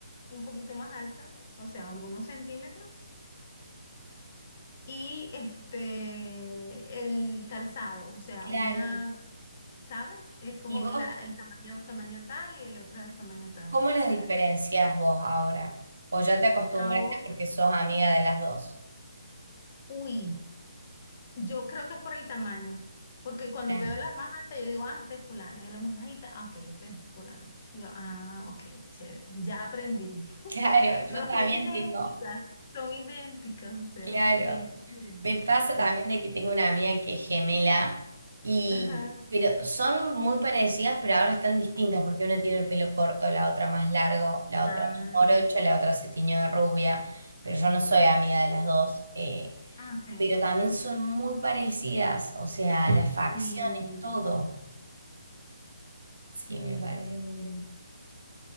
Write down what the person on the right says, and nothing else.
claro.
¿Y vos
cómo las
diferencias vos ahora? ¿O ya te acostumbraste
porque sos amiga de las dos?
Claro.
Claro, yo
también
tengo,
claro,
me pasa también
de que tengo una amiga que es gemela y,
pero son muy parecidas, pero ahora están distintas porque una tiene el pelo corto, la otra más largo, la otra
más morocha, la otra se tiñó de rubia, pero yo no soy amiga de las dos, eh,
pero también son muy parecidas, o sea, las facciones,
todo. Sí, me parece muy lindo.